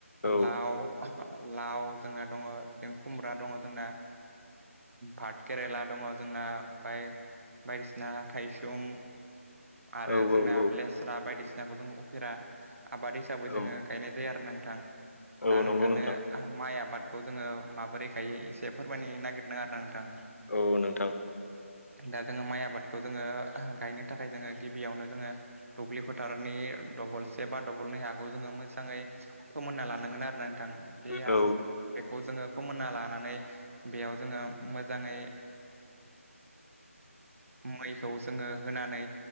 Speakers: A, on the left; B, on the right.
A: औ
B: लाव लाव जोंना दङ बिदिनो खुमब्रा दङ जोंना भात केेरेला दङ दङ जोंना ओमफ्राय बायदिसिना थाइसुम आरो
A: औ
B: जोंना
A: औ औ
B: लेस्रा बायदिसिनाखौ जों उफेरा आबाद हिसाबै
A: औ
B: जोङो गायनाय जायो आरो नोंग थां दा
A: औ
B: नोंथांनो
A: नंगौ नोंथां
B: माइ आबाद बेखौ जोङो माबोरैखायो एसे फोरमायनो नागिरदों आरो नोंथां।
A: औ नोंथां
B: दा जोङो माइ आबादखौ जोङो गायनो थाखाय जोङो गिबियावनो जोङो दुब्लि फोथारनि दबलसे बा दबलनै हाखौ जोङो मोजाङै फोमोनना लानांगोन आरोना नोंथाङा बे
A: औ
B: बेखौ जोङो फोमोनना लानानै बेयाव जोङो मोजाङै मैखौ जोङो होनानै